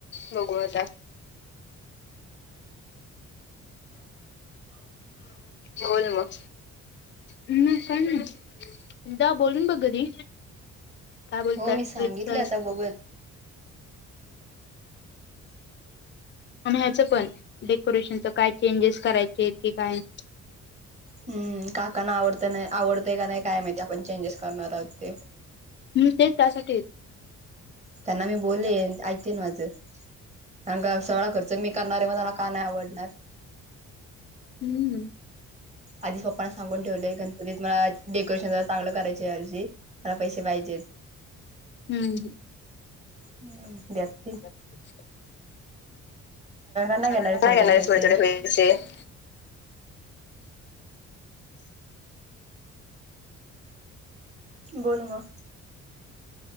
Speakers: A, on the left; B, on the right.
A: बघू आता. बोल मग. हम्म, काही नाही. जा बोलून बघ घरी. बोलतात
B: हो, मी सांगितलं.
A: ट्रिपच
B: आता बघूयात.
A: आणि ह्याचं पण. डेकोरेशनच काय चेंजेस करायचेत, की काय?
B: हम्म. काकांना आवडतय नाय, आवडतय का नाही, काय माहिती. आपण चेंजेस करणार आहोत ते.
A: हम्, तेच त्यासाठीच.
B: त्यांना मी बोलेन.
A: हम्म
B: ऐकेन माझं. <inaudible> सगळा खर्च मी करणारय. मग त्याला, का नाही आवडणार.
A: हम्म.
B: आधीच पप्पांना सांगून ठेवलंय. गणपतीत मला, डेकोरेशन जरा चांगलं करायचय ह्यावर्षी. मला पैसे पाहिजेत.
A: हम्म. हं.
B: हं. द्यातीलं.
A: <inaudible>
B: नाही
A: सगळ्यांना,
B: घेणार आहे थोडे
A: सगळ्यांना
B: थोडे पैसे
A: स्वेटर <unintelligible>
B: बोल म.